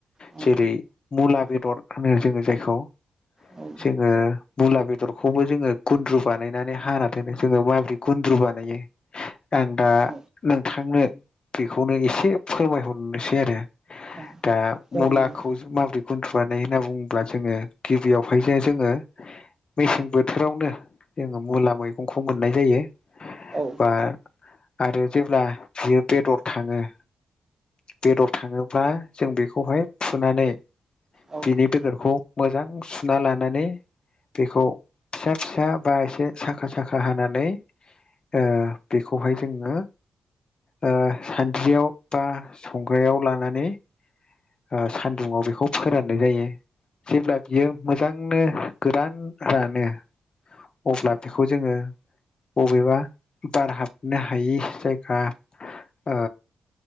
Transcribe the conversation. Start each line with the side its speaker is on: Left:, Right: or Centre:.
Right: औ
Left: जेरै मुला बेदर होनो जोङो जायखौ
Right: औ
Left: जोङो मुला बेदरखौबो जोङो गुन्द्रु बानायनानै हाना दोनो जोङो माब्रै गुन्द्रु बानायो। आं दा
Right: औ
Left: नोंथांनो बेखौनो एसे फोरमायहरनोसै आरो
Right: औ
Left: दा
Right: जागोन
Left: मुला
Right: दे
Left: खौ माब्रै गुन्दुवानाय होनना बुङोब्ला जोङो गिबियावहाय जो-जोङो मेसें बोथोरावनो जोङो मुला मैगंखौ मोननाय जायो।
Right: औ
Left: बा आरो जेब्ला बियो बेदर थाङो बेदर थाङोब्ला जों बेखौहाय फुनानै
Right: औ
Left: बिनि बेदरखौ मोजां सुना लानानै बेखौ फिसा फिसा बा एसे साखा साखा हानानै ओ बेखौहाय जोङो ओ सानद्रियाव बा संग्रायाव लानानै ओ सान्दुंआव बेखौ फोरान नाय जायो जेब्ला बियो मोजांनो गोरान रानो अब्ला बेखौ जोङो बबेबा बार हाबनो हायि जायगा ओ